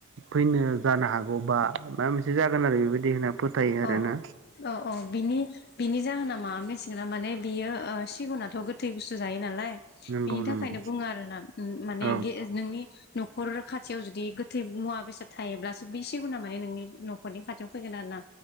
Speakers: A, on the right (about 65°); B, on the left (about 50°).
A: फैनो जानो हागौबा माबा मोनसे जागोन आरो बेबायदि होनना फोथायो आरोना
B: अ अ अ अ बिनि बिनि जाहोना माब मिथिगोन माने बियो सिगुनाथ' गोथै बुस्थु जायो नालाय
A: नंगौ
B: बिनि
A: नंगौ
B: थाखायनो बुङो आरो ना माने
A: औ
B: नोंनि न'खर खाथियाव जुदि गोथै मुवा बेसाद थायोब्लासो बे सिगुना माने नोंनि न'खरनि खाथियाव फैगोन आरो ना